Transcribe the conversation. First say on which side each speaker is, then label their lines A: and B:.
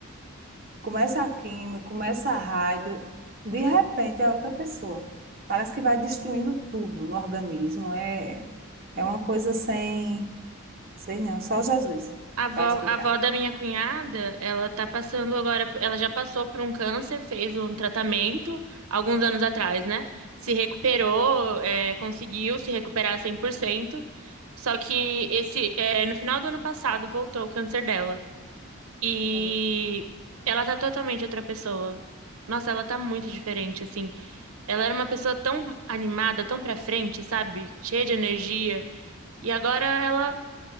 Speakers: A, on the right; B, on the right.
A: Começa a químio, começa a rádio, de repente é outra pessoa. Parece que vai destruindo tudo no organismo, é, é uma coisa sem. Sei não, só Jesus
B: A avó,
A: vai explicar.
B: a avó da minha cunhada, ela tá passando agora, ela já passou por um câncer, fez um tratamento alguns anos atrás, né? Se recuperou, é, conseguiu se recuperar cem por cento, Só que esse, é, no final do ano passado voltou o câncer dela. E
A: Sei.
B: ela tá totalmente outra pessoa. Nossa, ela tá muito diferente, assim. Ela era uma pessoa tão animada, tão pra frente, sabe? Cheia de energia. E agora ela